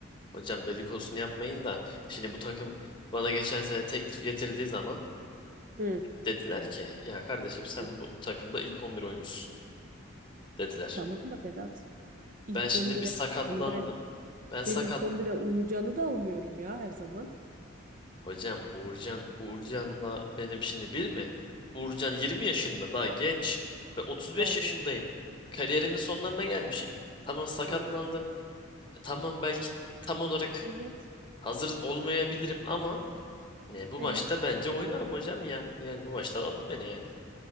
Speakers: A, on the left (about 20°); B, on the right (about 40°).
A: Hocam dedikodusunu yapmayın da şimdi bu takım bana geçen sene teklif getirdiği zaman
B: Hı.
A: dediler ki ya kardeşim sen
B: Hı.
A: bu takımda ilk 11 oyuncusun dediler.
B: Tamam da Berat. İlk
A: Ben şimdi
B: 11'e
A: bir sakatlandım.
B: yani ben
A: Ben sakat.
B: ben ilk 11'e <laughs> Uğurcan'ı da almıyorum ya her zaman.
A: Hocam Uğurcan, Uğurcan'la benim şimdi bir mi? Uğurcan 20 yaşında daha genç. Ben 35
B: Allah'ım.
A: yaşındayım. Kariyerimin sonlarına gelmişim. Tamam sakatlandım.
B: Allah'ım.
A: E, Tamam belki tam olarak
B: Evet.
A: hazır olmayabilirim ama ne bu
B: Evet.
A: maçta bence oynarım hocam ya. Yani bu maçta alın beni yani.